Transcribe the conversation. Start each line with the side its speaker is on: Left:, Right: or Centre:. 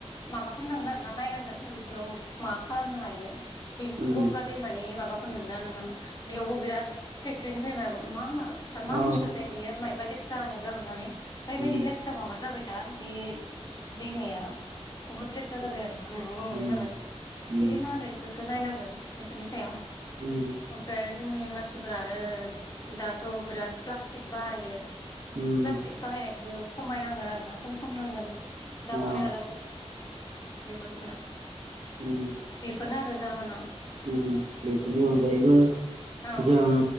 Left: माबा खालामनांगोन आरोना नायनांगोन बेफोराव माबा खालामनो हायो। बे
Right: उम
Left: गंगा दैमानि माबा नुदों ना नोङो बेयावबो बिराद फेक्टरनिफ्राय मायबा मा मा
Right: औ
Left: बुस्थुथाय बेयो मायबा लेथ्रा हे गार'नानै ओरैबायदि
Right: उम
Left: लेथ्रा माबा जाबाय दा बे दैमाया बहुत लेथ्रा जाबाय आरो ना गंले
Right: उम
Left: जाबाय
Right: उम
Left: बिदिनो आरो। बेखौ नायनांगोन बेफोरनि सायाव
Right: उम
Left: ओमफ्राय आरो जोंनि मानसिफोर आरो दाथ' बिराद प्लास्टिक बाहायो।
Right: उम
Left: प्लास्टिक बाहायनायखौ खमायनांगोन आरोना खम खामनांगोन दाखोर
Right: औ
Left: दालाफोर बेफोरखौ
Right: उम
Left: फोर आरो जाहोना।
Right: उम बेफोरनि अनगायैबो
Left: औ
Right: जों